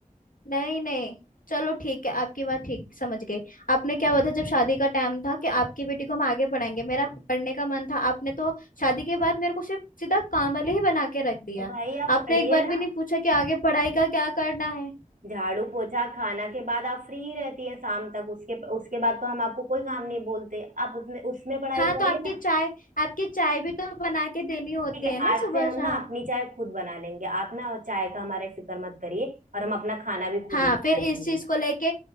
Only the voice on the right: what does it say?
तो भाई आप
पढ़िए
ना
झाड़ू पोछा खाना के बाद आप फ्री रहती है शाम तक उसके उसके बाद तो हम आपको कोई काम नहीं बोलते आप उसमें उसमें पढ़ाई
करिए
ना
ठीक है
आज
से हम
ना अपनी चाय खुद बना लेंगे आप ना चाय का हमारे फिक्र मत करिए और हम अपना खाना भी खुद
ही बना
लेंगे